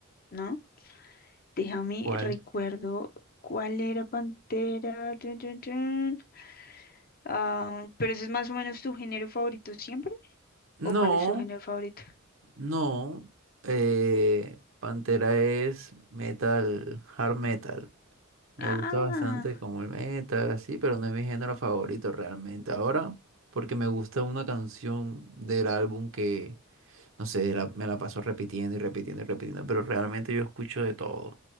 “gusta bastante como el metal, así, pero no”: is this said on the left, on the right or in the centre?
Right